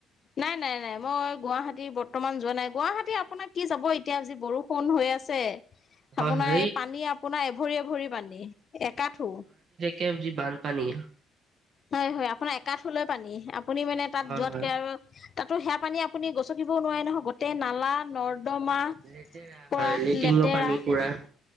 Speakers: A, on the left; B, on the right.
A: নাই নাই নাই মই গুৱাহাটী বৰ্তমান যোৱা নাই গুৱাহাটী আপোনাক কি যাব এতিয়া যি বৰষ- ষুণ হৈ আছে।
B: হয়
A: আপোনাৰ
B: হয়
A: এই পানী আপোনাৰ এভৰি এভৰি পানী একাঠো।
B: কেবজি বানপানী
A: হয় হয় আপোনাৰ একাঠোলৈ পানী আপুনি মানে তাত
B: হয়
A: যোৱাতকে
B: হয়
A: আৰু তাতো সেৱা পানী আপুনি গচকিবও নোৱাৰে নহয় গোটেই নালা নৰ্দমা
B: লেতেৰা
A: পৰা
B: হয় লেট্ৰিনৰ
A: লেতেৰা
B: পানী পুৰা